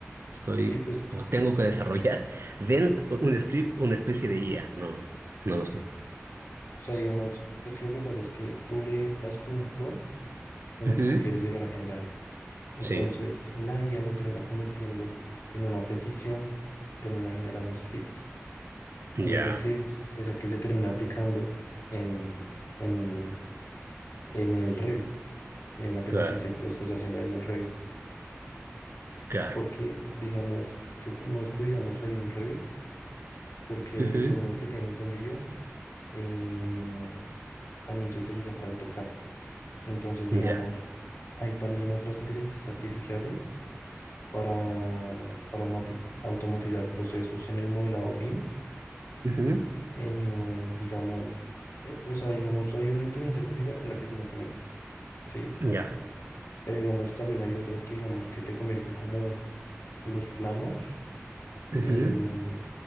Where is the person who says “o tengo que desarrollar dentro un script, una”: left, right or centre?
Right